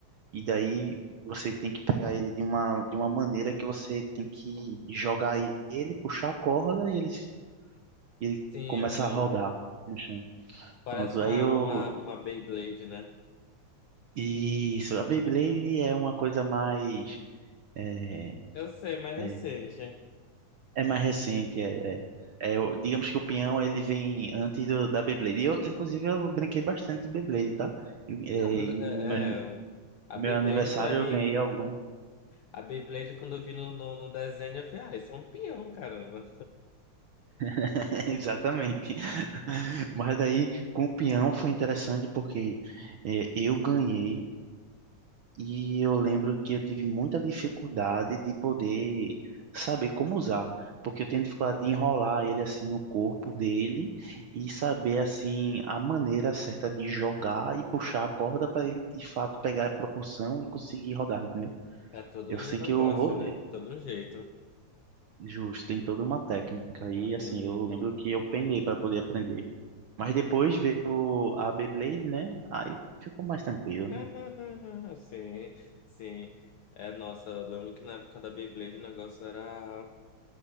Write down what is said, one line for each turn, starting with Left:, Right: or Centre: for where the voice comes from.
Right: E daí você tem que pegar ele de uma, de uma maneira que você tem que jogar ele, puxar a corda e ele, se- e ele
Left: sim,
Right: começa
Left: eu lembro.
Right: a rodar no chão.
Left: Parece
Right: Pronto, aí
Left: uma,
Right: eu.
Left: uma, uma Beyblade, né?
Right: Isso, a Beyblade
Left: <laughs>
Right: é uma coisa mais. É,
Left: Eu sei, mais
Right: é,
Left: recente.
Right: é mais recente. É, é, é o- digamos que o peão ele vem antes do, da Beyblade. Eu, inclusive, eu brinquei bastante de Beyblade, tá? É,
Left: Não,
Right: em
Left: mas
Right: meu,
Left: é, é, o- a
Right: meu
Left: Beyblade
Right: aniversário
Left: pra mim,
Right: eu ganhei algum.
Left: a Beyblade quando eu vi no, no, no desenho, eu falei, ah, isso é um peão, caramba.
Right: <laughs> Exatamente. Mas daí, com o peão foi interessante porque eh, eu ganhei e eu lembro que eu tive muita dificuldade de poder saber como usar, porque eu tenho dificuldade de enrolar ele assim no corpo dele e saber assim a maneira certa de jogar e puxar a corda para ele de fato pegar a proporção e conseguir rodar, entendeu?
Left: É todo
Right: Eu
Left: um
Right: sei
Left: negócio,
Right: que eu, ro-
Left: né?
Right: é,
Left: Todo um jeito.
Right: justo, tem toda uma técnica e
Left: <laughs>
Right: assim, eu lembro que eu penei para poder aprender. Mas depois veio a Beyblade, né? Aí ficou mais tranquilo,
Left: <laughs>
Right: né?
Left: Sim, sim. É, nossa, eu lembro que na época da Beyblade o negócio era.